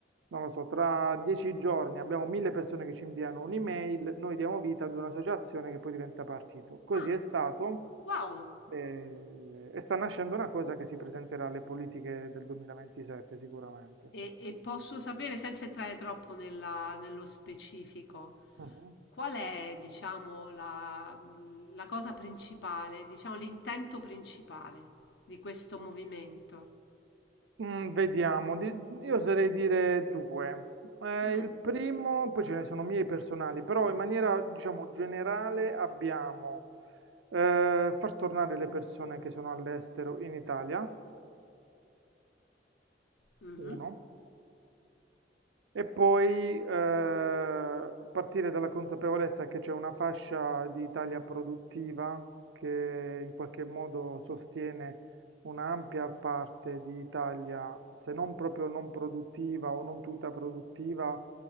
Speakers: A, on the right; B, on the left.
A: non lo so, tra dieci giorni abbiamo mille persone che ci inviano un'email, noi diamo vita ad un'associazione che poi diventa partito. Così
B: Ah,
A: è stato
B: wow.
A: eh, e sta nascendo una cosa che si presenterà alle politiche del 2027 sicuramente.
B: E, e posso sapere, senza entrare troppo nella- nello specifico,
A: Mhm.
B: qual è, diciamo, la, la cosa principale, diciamo, l'intento principale di questo movimento?
A: Mm, vediamo, di- io oserei dire due. Eh,
B: Mm.
A: il primo, poi ce ne sono miei personali, però in maniera, diciamo, generale abbiamo eh, far tornare le persone che sono all'estero in Italia,
B: Mhm.
A: uno. E poi eh, partire dalla consapevolezza che c'è una fascia di Italia produttiva che in qualche modo sostiene un'ampia parte di Italia, se non proprio non produttiva o non tutta produttiva,